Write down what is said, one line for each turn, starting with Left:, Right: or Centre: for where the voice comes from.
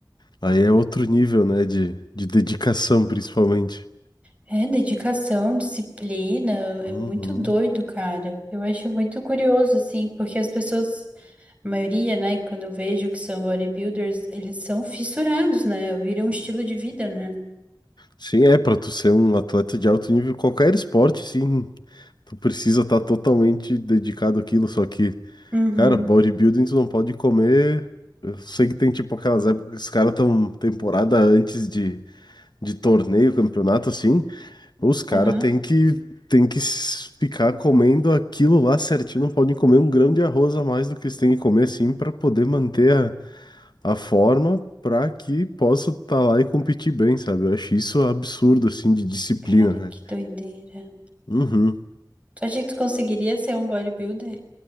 Left: Aí é outro nível, né? De, de dedicação, principalmente.
Right: É dedicação, disciplina, é
Left: Uhum.
Right: muito doido, cara. Eu acho muito curioso, assim, porque as pessoas, a maioria, né, quando eu vejo que são bodybuilders, eles são fissurados, né? Viram um estilo de vida, né?
Left: Sim, é, pra tu ser um atleta de alto nível, qualquer esporte, sim, tu precisa estar totalmente dedicado àquilo, só que,
Right: Uhum,
Left: cara, bodybuilding tu não pode comer. Eu sei que tem tipo aquelas épocas que os caras estão temporada antes de, de torneio, campeonato, assim. Os caras
Right: aham.
Left: têm que, têm que s- ficar comendo aquilo lá certinho, não podem comer um grão de arroz a mais do que eles têm que comer, assim, para poder manter a, a forma, para que possa estar lá e competir bem, sabe? Eu acho isso absurdo, assim, de disciplina,
Right: Cara,
Left: né?
Right: que doideira.
Left: Uhum.
Right: Tu acha que tu conseguiria ser um bodybuilder?